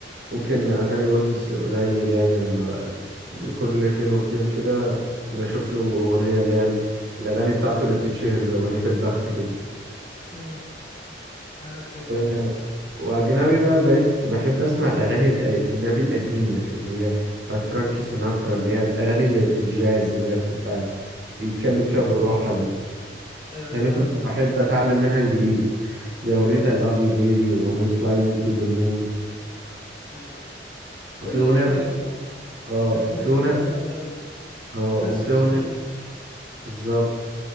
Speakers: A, on the right (about 70°); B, on the left (about 25°).
A: ممكن اغاني ويجز قليل يعني لما بقى كل فين وفين كده بشوف له اغنيه اللي هي ال- الاغاني بتاعته اللي بتتشهر زي اغنيه البخت
B: امم معاك ايوه ايوه
A: كده واجنبي بقى بقيت بحب اسمع الاغاني الاجنبي القديمه اللي هي بتاعت فرانكي سيناترا اللي هي الاغاني اللي- الجاز اللي هي بتبقى بيتكلم فيها بالراحه دي
B: ايوه أيوة،
A: هنا
B: معاك
A: كنت
B: برضك
A: بحب اتعلم منها انجليزي زي اغنيه I love you baby واغنيه fly me to the moon
B: ايوه ايوه كل
A: وفي اغنيه
B: دي اغاني
A: بحب
B: جامده عامه
A: اه
B: لاين
A: وفي
B: بتويز
A: اغنيه
B: مون دي جامده قوي
A: اه
B: دانس
A: وفي
B: ويز
A: اغنيه
B: مي
A: بالظبط